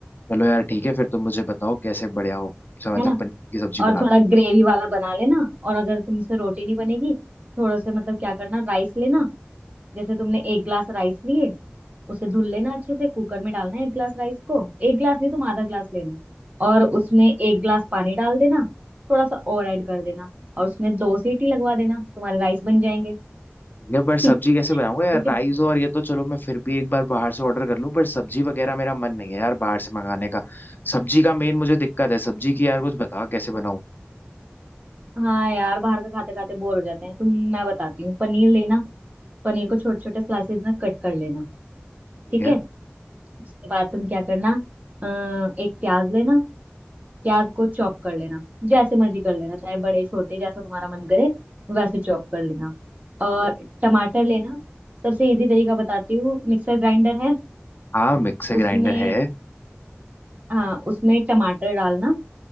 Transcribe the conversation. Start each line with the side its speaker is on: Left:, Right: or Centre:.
Left: चलो यार ठीक है फिर तुम मुझे बताओ कैसे बढ़िया हो अच्छा, मतलब
Right: है ना
Left: पनीर की सब्जी
Right: और
Left: बना
Right: थोड़ा ग्रेवी वाला बना लेना और अगर तुमसे रोटी नहीं बनेगी थोड़ा सा मतलब क्या करना राइस लेना जैसे तुमने एक ग्लास राइस लिए उसे धुल लेना अच्छे से कुकर में डालना है एक गिलास राइस को एक गिलास नहीं तुम आधा गिलास लेना और उसमें एक गिलास पानी डाल देना थोड़ा सा और ऐड कर देना और उसमें दो सीटी लगवा देना तुम्हारे राइस बन जाएंगे
Left: ये पर सब्जी
Right: <laughs> ठीक
Left: कैसे बनाऊंगा यार
Right: है
Left: राइस और ये तो चलो मैं फिर भी एक बार बाहर से ऑर्डर कर लूं पर सब्जी वगैरह मेरा मन नहीं है यार बाहर से मंगाने का सब्जी का मेन मुझे दिक्कत है सब्जी की यार कुछ बताओ कैसे बनाऊं
Right: हाँ यार बाहर का खाते खाते बोर हो जाते हैं तुम मैं बताती हूँ पनीर लेना पनीर को छोटे छोटे स्लाइसेस में कट कर लेना
Left: ठीक
Right: ठीक
Left: है
Right: है उसके बाद तुम क्या करना अ, एक प्याज लेना प्याज को चॉप कर लेना जैसे मर्जी कर लेना चाहे बड़े छोटे जैसा तुम्हारा मन करे वैसे चॉप कर लेना
Left: ठीक
Right: और
Left: है।
Right: टमाटर लेना सबसे इजी तरीका बताती हूँ मिक्सर ग्राइंडर है
Left: हाँ मिक्सर ग्राइंडर
Right: उसमें
Left: है
Right: हाँ उसमें टमाटर डालना